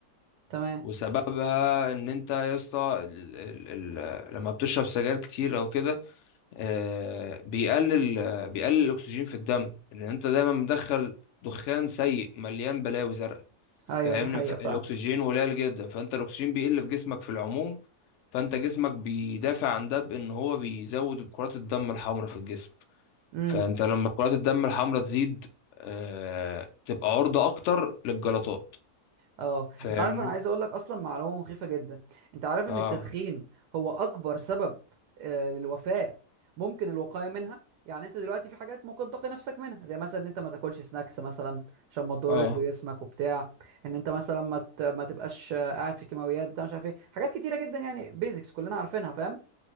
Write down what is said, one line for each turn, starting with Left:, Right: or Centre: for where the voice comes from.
Right: تمام
Left: وسببها إن أنت يا اسطى ال... ال... ال... لما بتشرب سجاير كتير أو كده آه... بيقلل بيقلل الأكسجين في الدم إن أنت دايما مدخل دخان سيء مليان بلاوي زرقاء
Right: ايوه
Left: فاهمني
Right: دي حقيقة
Left: ف- الأكسجين قليل جدا فأنت الأكسجين بيقل في جسمك في العموم فانت جسمك بيدافع عن ده بان هو بيزود كرات الدم الحمراء في الجسم
Right: فعلا
Left: فانت لما كرات الدم الحمراء تزيد آه تبقى عرضة اكتر للجلطات
Right: اه
Left: فاهمني
Right: انت عارف انا عايز اقول لك اصلا معلومه مخيفه جدا انت عارف
Left: اه
Right: ان التدخين هو اكبر سبب آه، للوفاه ممكن الوقايه منها يعني انت دلوقتي في حاجات ممكن تقي نفسك منها زي مثلا ان انت ما تاكلش سناكس مثلا عشان ما تضرش
Left: اه
Right: بجسمك وبتاع ان انت مثلا ما ت... ما تبقاش آه، قاعد في كيماويات بتاع مش عارف ايه حاجات كتيره جدا يعني بيزكس كلنا عارفينها فاهم